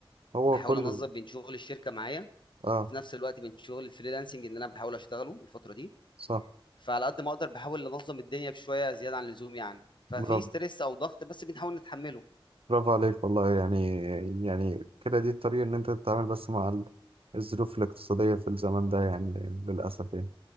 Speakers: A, on the right (about 80°); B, on the left (about 55°).
A: هو
B: بحاول
A: كل
B: انظم بين شغل الشركة معايا
A: اه
B: وفي نفس الوقت بين شغل الفريلانسنج اللي انا بحاول اشتغله الفترة دي
A: صح
B: فعلى قد ما اقدر بحاول انظم الدنيا بشوية زيادة عن اللزوم يعني ففي
A: برافو
B: ستريس او ضغط بس بنحاول نتحمله
A: برافو عليك والله يعني يعني كده دي الطريقة ان انت تتعامل بس مع ال- الظروف الاقتصادية في الزمن ده يعني للأسف يعني